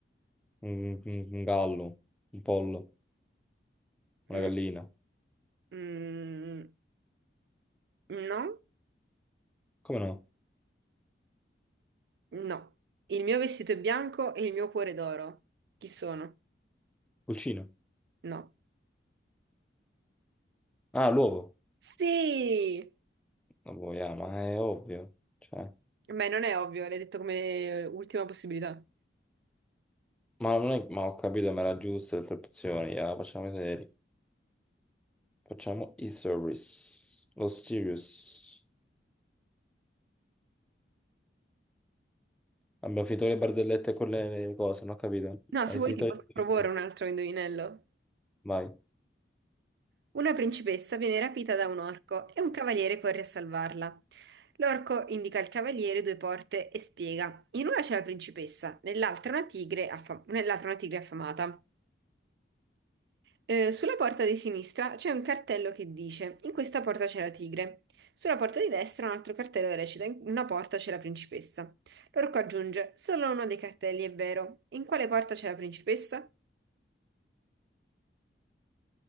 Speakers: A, in the centre; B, on the right.
A: un, un gallo, un pollo, una
B: Mm,
A: gallina.
B: mm, no,
A: Come no?
B: no. Il mio vestito è bianco e il mio cuore è d'oro. Chi sono?
A: Pulcino.
B: No.
A: Ah, l'uovo.
B: Sì!
A: Vabbè, yeah, ma è ovvio. Cioè,
B: Beh, non è ovvio, l'hai detto come ultima possibilità.
A: ma non è, ma ho capito, ma era giusto le tre opzioni. yeah, facciamo i seri. Facciamo i service. Lo serious. Abbiamo finito le barzellette con le, le cose, non ho capito.
B: No,
A: Hai
B: se vuoi
A: finito
B: ti posso
A: le...
B: proporre un altro indovinello.
A: Vai.
B: Una principessa viene rapita da un orco e un cavaliere corre a salvarla. L'orco indica al cavaliere due porte e spiega. In una c'è la principessa, nell'altra una tigre, affa- nell'altra una tigre affamata. Eh, sulla porta di sinistra c'è un cartello che dice: In questa porta c'è la tigre. Sulla porta di destra un altro cartello che recita: In una porta c'è la principessa. L'orco aggiunge: Solo uno dei cartelli è vero. In quale porta c'è la principessa?